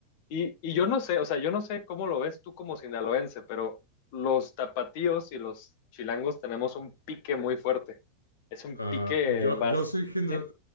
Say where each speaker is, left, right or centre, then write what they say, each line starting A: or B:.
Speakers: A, on the left (about 50°); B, on the left (about 85°).
A: Y, y yo no sé, o sea, yo no sé cómo lo ves tú como sinaloense, pero los tapatíos y los chilangos tenemos un pique muy fuerte. Es un
B: Ah,
A: pique
B: yo,
A: vas,
B: yo soy, gina-
A: ¿sí?